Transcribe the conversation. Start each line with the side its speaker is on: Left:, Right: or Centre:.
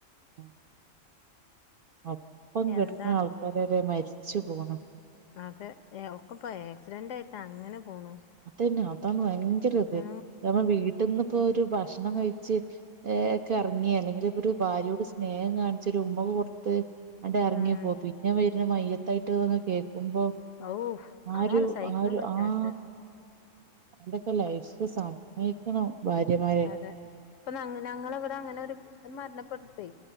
Right: ഉം. അപ്പം കിടക്കുന്ന
Left: എന്താ
Right: ആൾക്കാര്വരെ മരിച്ചു പോണു
Left: അതെ ഒക്കെ ഇപ്പോ ആക്സിഡന്റ് ആയിട്ട് അങ്ങനെ പോണു.
Right: അതന്നെ അതാണ് ഭയങ്കര ഇത്.
Left: ആ
Right: ഞമ്മ വീട്ടിന്ന്പ്പോ ഒരു ഭക്ഷണം കഴിച്ച് വേഗം എറങ്ങി അല്ലെങ്കിലിപ്പൊരു ഭാര്യയോട് സ്നേഹം കാണിച്ചൊരു ഉമ്മൊക്കെ കൊടുത്ത് ആണ്ടർങ്ങിപ്പോവും.
Left: ഉം
Right: പിന്നെ വരുന്ന മയ്യത്തായിട്ട്ന്ന് കേക്കുമ്പോ?
Left: ഔ
Right: ആരു
Left: അതാണ് സഹിക്കാൻ
Right: ആരു
Left: പറ്റാത്തെ
Right: ആഹാ ഇതൊക്കെ ലൈഫ് സമ്മയിക്കണം ഭാര്യമാരെ
Left: അതെ ഇപ്പൊ ഞങ്ങ ഞങ്ങളവിടെ അങ്ങനൊരു മരണപ്പെട്ടിട്ടേയ്